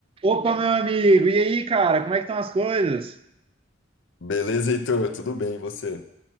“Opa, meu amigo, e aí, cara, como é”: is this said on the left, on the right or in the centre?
Right